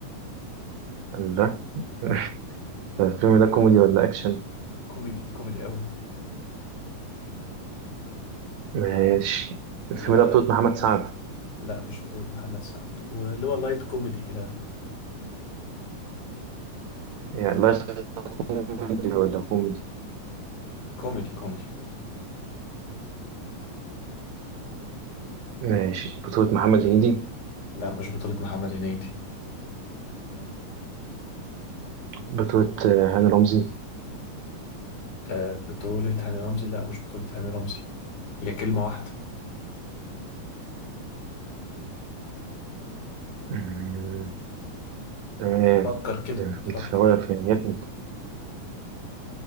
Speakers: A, on the right; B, on the left.
A: لا <laughs> طيب الفيلم ده كوميدي ولا أكشن؟
B: كوميدي كوميدي قوي
A: ماشي الفيلم
B: اللي هو
A: ده بطولة محمد سعد
B: لا مش بطولة محمد سعد واللي هو لايت كوميدي كده
A: يعني لا كوميدي ولا كوميدي؟
B: كوميدي كوميدي
A: ماشي بطولة محمد هنيدي
B: لا مش بطولة محمد هنيدي
A: بطولة آه، هاني رمزي
B: آه بطولة هاني رمزي لا مش بطولة هاني رمزي هي كلمة واحدة
A: مم، تمام
B: فكر كده
A: في
B: فكر
A: الفينيات